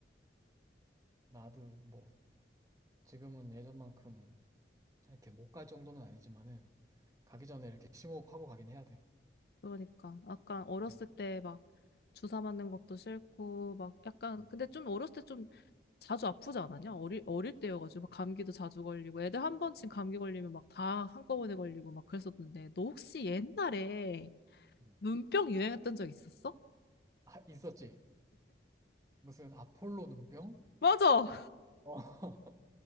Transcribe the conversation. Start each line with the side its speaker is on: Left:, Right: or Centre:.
Right: 나도 뭐 지금은 예전만큼 이렇게 못 갈 정도는 아니지만은 가기 전에 이렇게 심호흡하고 가긴 해야 돼.
Left: 그러니까 약간 어렸을
Right: 음,
Left: 때 막 주사 맞는 것도 싫고 막 약간
Right: 음,
Left: 근데 좀 어렸을 때 좀 자주 아프지 않았냐? 어릴 어릴 때여가지고 막 감기도 자주 걸리고 애들 한 번쯤 감기 걸리면 막 다 한꺼번에 걸리고 막 그랬었는데 너 혹시 옛날에
Right: 음.
Left: 눈병 유행했던 적 있었어?
Right: 아, 있었지. 무슨 아폴로 눈병?
Left: 맞아.
Right: 어. <laughs>